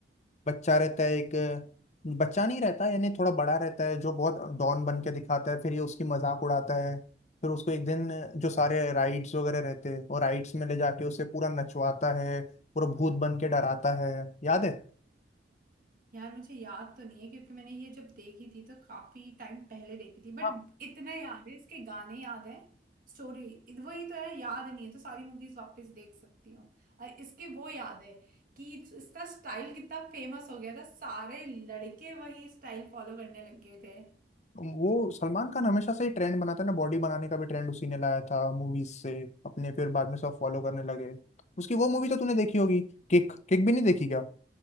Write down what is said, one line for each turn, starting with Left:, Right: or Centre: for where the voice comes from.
Left: बच्चा रहता है एक बच्चा नहीं रहता यानी थोड़ा बड़ा रहता है जो बहुत डॉन बन के दिखाता है फिर ये उसकी मजाक उड़ाता है फिर उसको एक दिन जो सारे राइड्स वगैरह रहते हैं वो राइड्स में ले जाके उसे पूरा नचवाता है पूरा भूत बन के डराता है याद है
Right: यार मुझे याद तो नहीं है क्योंकि मैंने ये जब देखी थी तो काफी टाइम पहले देखी थी बट
Left: हाँ
Right: इतना याद है इसके गाने याद है स्टोरी वही तो है याद नहीं है तो सारी मूवीज वापस देख सकती हूँ और इसके वो याद है कि इसका स्टाइल कितना फेमस हो गया था सारे लड़के वही स्टाइल फॉलो करने लग गए थे
Left: वो सलमान खान हमेशा से ही ट्रेंड बनाता है ना बॉडी बनाने का भी ट्रेंड उसी ने लाया था मूवीज से अपने फिर बाद में सब फॉलो करने लगे उसकी वो मूवी तो तूने देखी होगी किक किक भी नहीं देखी क्या